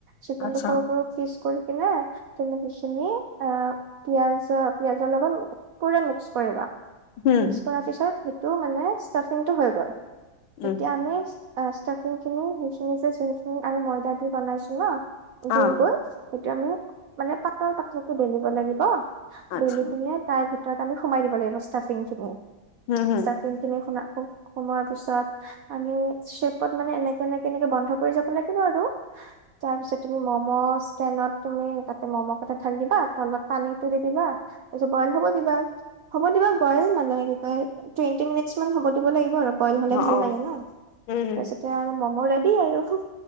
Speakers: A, on the right (about 85°); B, on the left (about 80°).
A: চিকেন্তটো
B: আচ্ছা
A: সৰু স পিচ কৰি কি ন তুলসী চিনি অ পিয়াজ পিয়াজৰ লগত পুৰা মিক্স কৰিবা
B: উম
A: নে্পপিছ টো মানে ষ্টফিং টো হৈ গ'ল এতিয়া
B: উম
A: আমি ষ্টফিং খিনি সচ নিজে যোনখ আমি ময়দা দি বনাইছো ন গল
B: অ
A: গল সেইটো আমি মানে পাটৰ কাতো বেলিব লাগিব
B: আচ্ছা
A: বনি সিঙে তাৰ ভিতৰত তাক আমিোমাই দিব লাগিবস্তা ফিন চুি
B: উম
A: চষ্টাফিং
B: উম
A: চিনি খ য় পিছত আমিপ মানে এনেে এনেে এনেে বন্ধ কৰি যাব লাগ আৰু তাৰপিছতি মম ত তুমি ততে ম'ম কথা ঠাণ্িব তত পানী তু দিবিবা তাৰপিছত বইল হব দিবা হ'ব দিবা বইল মানুহে কি? আৰু টুৱেণ্টি মিনিট মান হব দিব লাগিব আৰু বইল হলে
B: উম অ
A: ভাল
B: অ
A: লাগে ন
B: উম
A: ততে আৰু মোৰৰেদি আৰু